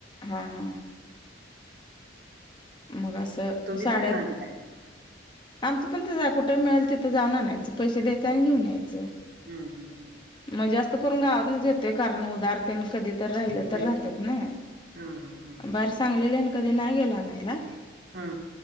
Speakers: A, on the left; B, on the right.
A: हा हा. मग असं
B: तुम्ही
A: साड्यात,
B: कुठनं आणताय?
A: आमचं पण तसच कुठं मिळा ल तिथं जाऊन आणायच पैसे द्यायं आणि घेऊन यायचं.
B: हम्म हम्म हम्म.
A: मग जास्त करून गावातनच घतोय कारण उदारतेन कधी तर राहिलं
B: होय
A: तर राहतात
B: की.
A: नाय
B: हां, हां, हां.
A: बाहेर सांगलीला अन कधी नाही गेला आणयला.
B: हम.